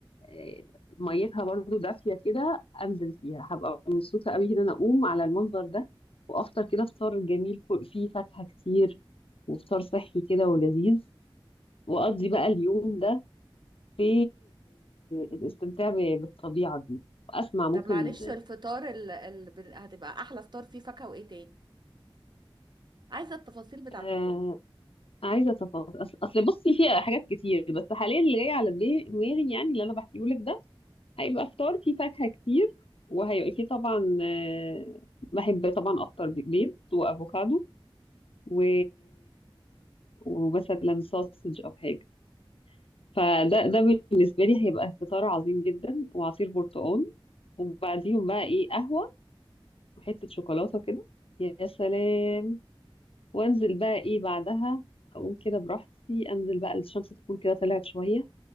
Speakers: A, on the left; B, on the right.
A: آه، ميتها برضو دافية كده أنزل فيها هبقى مبسوطة قوي إن أنا أقوم على المنظر ده وأفطر كده فطار جميل كو- فيه فاكهة كتير وفطار صحي كده ولذيذ واقضي بقى اليوم ده في آه، الاستمتاع ب- بالطبيعة دي واسمع ممكن
B: طب معلش الفطار ال... ال... بن- هتبقى احلى فطار فيه فاكهة وايه تاني عايزة التفاصيل بتاعت
A: آه،
B: اليوم
A: عايزة تفاصيل اصل أصل بصي فيها حاجات كتير بس حاليا اللي جاي على دماغي دماغي يعني اللي انا بحكيه لك ده هيبقى فطار فيه فاكهة كتير وهيبقى فيه طبعا آه، بحب طبعا افطر ب- بيض وافوكادو و ومثلا ساسج او حاجة فده ده بالنسبة لي هيبقى فطار عظيم جدا وعصير برتقال وبعديهم بقى ايه قهوة وحتة شوكولاتة كده يا سلام وانزل بقى ايه بعدها اقوم كده براحتي انزل بقى الشمس تكون كده طلعت شوية